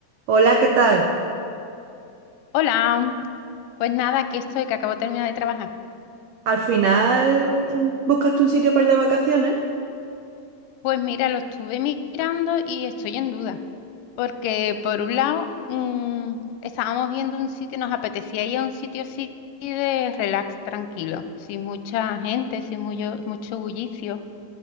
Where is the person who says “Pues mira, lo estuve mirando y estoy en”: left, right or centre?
Left